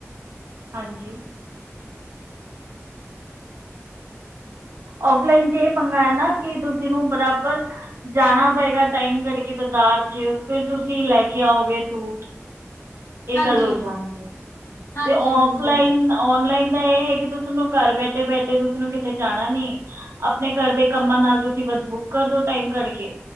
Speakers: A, on the right; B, on the left.
A: ਹਾਂਜੀ ਔਫਲਾਈਨ ਚ ਇਹ ਪੰਗਾ ਐ ਨਾ ਕਿ ਤੁਸੀਂ ਨੂੰ ਬਰਾਬਰ ਜਾਣਾ ਪਏਗਾ ਟਾਈਮ ਕੱਢ ਕੇ ਬਾਜ਼ਾਰ ਚ, ਫਿਰ ਤੁਸੀਂ ਲੈ ਕੇ ਆਓਗੇ ਸੂਟ ਇਹ
B: ਹਾਂਜੀ,
A: ਗੱਲ ਹੋ ਜਾਂਦੀ ਐ
B: ਹਾਂਜੀ,
A: ਤੇ ਔਫਲਾਈਨ
B: ਹਾਂਜੀ।
A: ਔਨਲਾਈਨ ਦਾ ਇਹ ਹੈ ਕਿ ਤੁੂੰ ਘਰ ਬੈਠੇ ਬੈਠੇ ਤੁਸੀਨੂੰ ਕਿਤੇ ਜਾਣਾ ਨੀ ਆਪਣੇ ਘਰ ਦੇ ਕੰਮਾਂ ਨਾਲ ਤੁਸੀਂ ਬਸ ਬੁੱਕ ਕਰਦੋ ਟਾਈਮ ਕਡ ਕੇ,